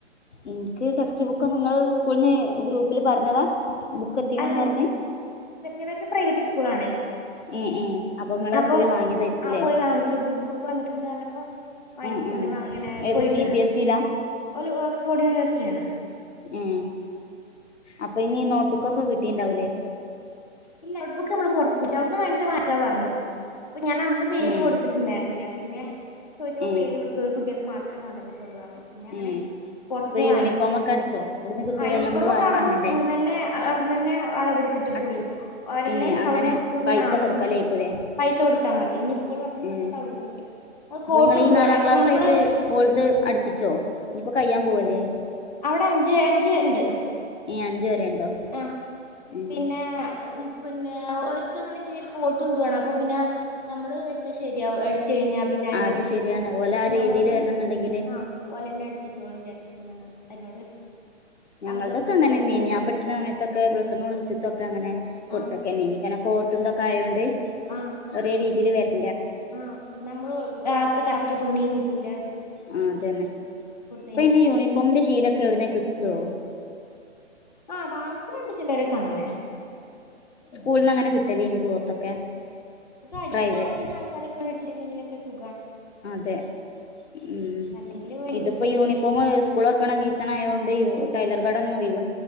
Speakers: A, on the left (about 65°); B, on the left (about 35°).
A: എനിക്ക് ടെക്സ്റ്റ് ബുക്കിന്റെ നിങ്ങള് സ്കൂളിന്ന് ഗ്രൂപ്പില് പറഞ്ഞതാ ബുക്ക് എത്തീണ്ന്ന്
B: അല്ല
A: പറഞ്ഞ്
B: ഇവരു പ്രൈവറ്റ് സ്കൂളിന്ന സ്കൂളാണ്
A: ഏഹ് ഏഹ് ഇങ്ങള്
B: അപ്പൊ
A: പോയി വാങ്ങിയതായിരിക്കുംല്ലേ
B: ആ പോയി വാങ്ങിച്ചു ബുക്ക് വന്നിട്ടുണ്ട് ഞാനിപ്പോ വാങ്ങി
A: ഉം ഉം ഏത്
B: പോയിട്ട്
A: സി ബി എസ് ഇയിലാ
B: ഒരു ഓക്സ്ഫോർഡ് യൂണിവേഴ് സിറ്റ ച്ചാണ് <inaudible>
A: ഉം അപ്പൊ ഇനി നോട്ടുക്ക്‌ ഒക്കെ കിട്ടിട്ടു ണ്ടാവൂലേ
B: ഇല്ല അവിടെ ബുക്ക് നമ്മള് പുറത്തു അവിടു ന്ന് വങ്ങിച്ച മതീന്ന് പറഞ്ഞു അപ്പൊ ഞാൻ അന്ന് പേര്
A: ഏഹ്
B: കൊടുത്തിട്ടുണ്ടായിരുന്നില്ല പിന്നെ ചോദിച്ചപ്പോ
A: ഏഹ്
B: പേരു കൊടുത്തവർക് ഒ ക്കെ മാത്രം ഇത്രയും കൊണ്ട് വന്നിട്ടുണ്ടാവു പിന്നെ അങ്ങനെ
A: ഏഹ്
B: പുറത്തു
A: ഇപ്പൊ
B: ന്ന്
A: യൂണിഫോമൊക്കെ
B: വാങ്ങിച്ചു
A: അടിച്ചോ ഇവിടുന്ന് കിട്ടൂലല്ലോ
B: ആ യൂണിഫോമൊക്കെ
A: നമ്മള് വേറെ
B: അവിടുന്ന്
A: വാങ്ങണ്ടേ
B: സ്കൂളി ന്ന് തന്നെയാ അന്നെ അളവെടുത്തിട്ട്
A: അടിച്ച്
B: പോയി ഓരെന്നേ
A: ഏഹ് അങ്ങനെ
B: അവ്ട്ന്ന് സ്കൂൾന്ന്
A: പൈസ
B: ആ
A: കൊടുക്കലേക്കൂലേ
B: യൂണി പൈസ കൊടുത്താ മതി ഇനി സ്കൂൾ തൊറക്ക്ണസമയത്ത്
A: ഏഹ്
B: അവിട്ന്ന് കിട്ടും. അത്
A: അപ്പൊ
B: കോട്ടും
A: നിങ്ങള് ഈ
B: ഇംതുവാണ്
A: നാലാം
B: അപ്പൊ
A: ക്ലാസ്
B: നമ്മള്
A: ആയിട്ട് ഓൾത് അടുപ്പിച്ചോ ഇനിയിപ്പോ കയ്യാൻ പോവല്ലേ
B: അവടെ അഞ്ച് അഞ്ച് ഇണ്ട്
A: ഏഹ് അഞ്ച് വരെയുണ്ടോ
B: ആഹ...
A: ഏഹ്
B: പിന്നെ... ഉം- പിന്നെ ഓർക്ക് അങ്ങനെ ചിയ്യാൻ കോട്ട് എന്തുവേണം അപ്പൊ പിന്നെ നമ്മള് എടുത്ത ശരിയാവും എ-.... കഴിഞ്ഞാ പിന്നെ അതിന്റെ
A: അത്
B: വൃത്തിക്ക്
A: ശരിയാണ്
B: കിട്ടൂല.
A: ഓല
B: അപ്പൊ
A: ആ
B: ഞാൻ
A: രീതിയില്
B: ഓരന്നെ...
A: വരണന്നുണ്ടെങ്കില്
B: ആ ഓലെന്നെ അടുപ്പിച്ചോളും വിചാച്ചിട്ട്പിന്നെ അങ്ങനെ... <unintelligible>
A: ഞങ്ങൾതൊക്കെ
B: അങ്ങോട്ട് സ്കൂളിലേക്ക്
A: അങ്ങനെ നീ
B: വിട്ട് കൊടുത്തു
A: ഞാൻ പഠിക്കുന്ന അമയത്തൊക്കെ പ്ലസ് വണ്ണും പ്ലസ്റ്റൂ തൊക്കെ അങ്ങനെ കൊടുത്തേക്കെന്നേനി
B: ആ
A: കോട്ട്ന്ത കായോണ്ട്
B: ആ
A: ഒരേ രീതില് വെര്
B: ആ നമ്മള് കാറ്റ് കറക്ട് തുണിയും കി ടൂലാ
A: ആ അതേന്നെ ഇപ്പൊന്നെ
B: കഴിഞ്ഞാ പിന്നെ
A: യൂണിഫോമിന്റെ ശീലൊക്കെ എവിടുന്ന കിട്ടോ
B: ആ വാങ്ങ്ക്കലുണ്ട് ചെലരൊക്കെ അങ്ങനെ
A: കൂൾന്നങ്ങനെ കി ടെലീന് ക്ലോത്തൊക്കെ
B: അടിക്കാനറിയുന്ന
A: പ്രൈവറ്റ്
B: ആൾക്കാരൊക്കെ വീട്ടില് എന്തെങ്കിലൊക്ക സു
A: അതെ ഊ
B: അല്ലെങ്കില് ഭയങ്കര
A: ഇതിപ്പോ
B: ബുദ്ധിമുട്ടാ
A: യൂണിഫോമ് സ്കൂളൊറക്കണ സീ തണായോണ്ട് യൂ ടൈലർ കടോന്നും ഒയിവു